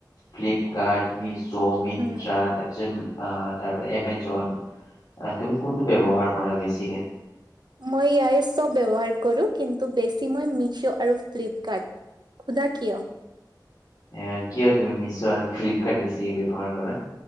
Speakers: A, on the left; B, on the right.
A: ফ্লিপকাৰ্ট মিছ য' মিণ্ট্ৰা
B: উম।
A: তাৰপিছত আ, তাৰপৰা এমেজন আ, তুমি কোনটো ব্যৱহাৰ কৰা বেছিকে
B: মই ইয়াৰে চব ব্যৱহাৰ কৰোঁ, কিন্তু বেছি মই মীছো আৰু ফ্লিপকাৰ্ট, সোধা কিয়?
A: আ, কিয় তুমি মিছো আৰু ফ্লিপকাৰ্ট বেছিকে ব্যৱহাৰ কৰা?